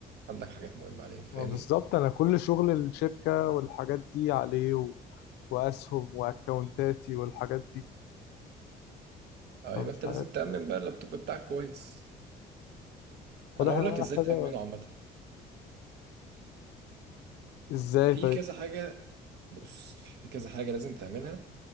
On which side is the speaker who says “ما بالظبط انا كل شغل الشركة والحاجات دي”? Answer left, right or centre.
Left